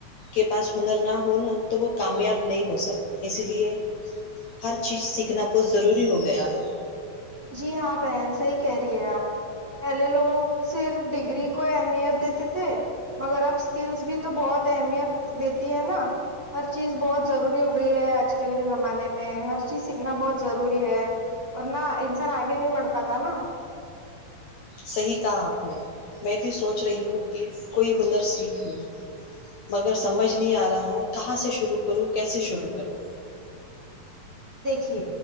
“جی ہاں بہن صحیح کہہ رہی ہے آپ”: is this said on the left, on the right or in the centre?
Right